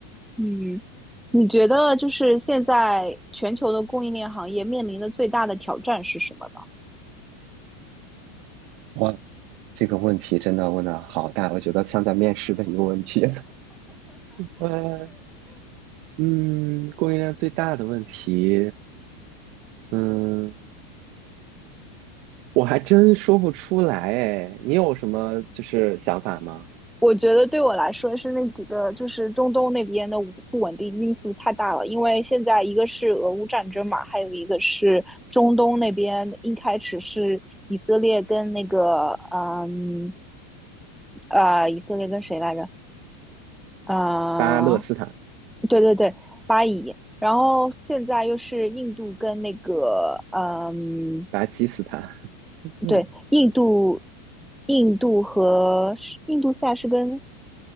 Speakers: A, in the centre; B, on the right.
A: 嗯，你觉得就是现在全球的供应链行业面临的最大的挑战是什么呢？
B: 哇，这个问题真的问的好大，我觉得像在面试的一个问题。<laughs> 呃，嗯，供应链最大的问题，嗯，我还真说不出来哎。你有什么就是想法吗？
A: 我觉得对我来说是那几个，就是中东那边的不稳定因素太大了。因为现在一个是俄乌战争嘛，还有一个是中东那边一开始是以色列跟那个，嗯，呃，以色列跟谁来着？呃，
B: 巴勒斯坦、
A: 对对对，巴以。然后现在又是印度跟那个，嗯，
B: 巴基斯坦、<laughs> 嗯，
A: 对，印度，印度和印度现在是跟